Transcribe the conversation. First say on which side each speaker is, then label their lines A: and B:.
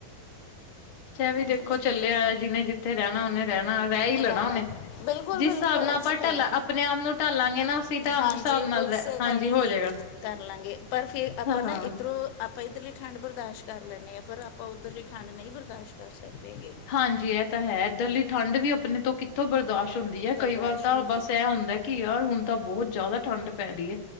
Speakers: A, on the left; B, on the left.
A: ਚਾਹ ਵੀ
B: ਬਾਕੀ
A: ਦੇਖੋ ਚੱਲਿਐ ਜਿਹਨੇ ਜਿੱਥੇ ਰਹਿਣਾ ਉਹਨੇ। ਰਹਿਣਾ ਰਹਿ ਹੀ ਲੈਣਾ
B: ਰਹਿਣਾ
A: ਉਹਨੇ
B: ਬਿਲਕੁਲ
A: ਜਿਸ
B: ਬਿਲਕੁਲ
A: ਹਿਸਾਬ
B: ਉਹ
A: ਨਾਲ ਆਪਾਂ
B: ਤਾਂ ਹੈ
A: ਢਲਾਂ ਆਪਣੇ ਆਪ ਨੂੰ ਢਾਲਾਂਗੇ ਨਾ। ਢ
B: ਹਾਂਜੀ
A: ਹਿਸਾਬ
B: ਉਸ
A: ਨਾਲ
B: ਅਕੋਰਡਿੰਗ
A: ਹਾਂਜੀ ਹੋ
B: ਹੀ
A: ਜਾਏਗਾ
B: ਕਰ ਲਾਂਗੇ ਪਰ ਫੇਰ ਆਪਾਂ
A: ਹਾਂ।
B: ਨਾ ਇੱਧਰੋਂ। ਆਪਾਂ ਇੱਧਰ ਲਈ ਠੰਡ ਬਰਦਾਸ਼ ਕਰ ਲੈਂਦੇ ਹਾਂ, ਪਰ ਆਪਾਂ ਉੱਧਰਲੀ ਠੰਡ ਨਹੀਂ ਬਰਦਾਸ਼ਤ ਕਰ ਸਕਦੇ ਹੇਗੇ।
A: ਹਾਂਜੀ ਇਹ ਤਾਂ ਹੈ, ਇੱਧਰ ਦੀ ਠੰਡ ਵੀ ਆਪਣੇ ਤੋਂ ਕਿੱਥੋਂ ਬਰਦਾਸ਼ ਹੁੰਦੀ ਹੈ,
B: ਬਰਦਾਸ਼ਤ
A: ਕਈ ਵਾਰ ਤਾਂ
B: ਹੋ ਨਹੀਂ
A: ਬਸ ਇਹ ਹੁੰਦਾ। ਕਿ ਯਾਰ ਹੁਣ ਤਾਂ ਬਹੁਤ ਜ਼ਿਆਦਾ ਠੰਢ ਪੈ ਰਹੀ ਐ।